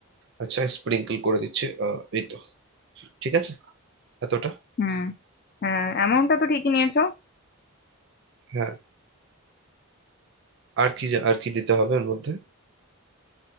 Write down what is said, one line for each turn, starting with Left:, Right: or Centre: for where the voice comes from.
Right: আচ্ছা স্প্রিঙ্কল করে দিচ্ছি আহ, এই তো ঠিক আছে এতটা
Left: হুম হ্যাঁ অ্যামাউন্টটা তো ঠিকই নিয়েছো
Right: হ্যাঁ আর কি যা- আর কি দিতে হবে এর মধ্যে